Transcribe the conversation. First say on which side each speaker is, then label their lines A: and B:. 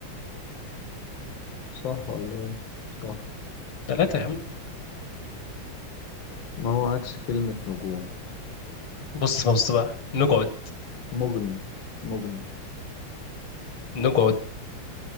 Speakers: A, on the left; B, on the left.
A: صح ولا إيه؟ صح
B: ثلاثة يا عم
A: ما هو عكس كلمة نجوم
B: بص بص بقى نقعد
A: مجن مجن
B: نقعد